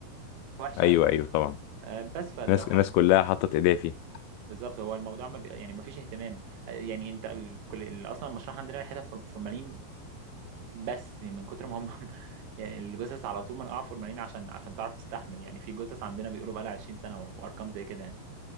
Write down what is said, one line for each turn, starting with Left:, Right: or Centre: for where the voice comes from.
Right: وحشه
Left: ايوه
Right: قوي
Left: ايوه طبعا
Right: آه، بس فاللي
Left: الناس
Right: هو
Left: الناس
Right: ال-
Left: كلها حطت ايديها فيه
Right: بالظبط هو الموضوع ما بي... يعني ما فيش اهتمام آه، يعني انت ال... كل... ال- اصلا المشروع عندنا ريحتها فور- فورمالين بس يعني من كتر ما هم <laughs> يعني الجثث على طول منقوعه فورمالين عشان عشان تعرف تستحمل يعني في جثث عندنا بيقولوا بقى لها 20 سنه و- وارقام زي كده يعني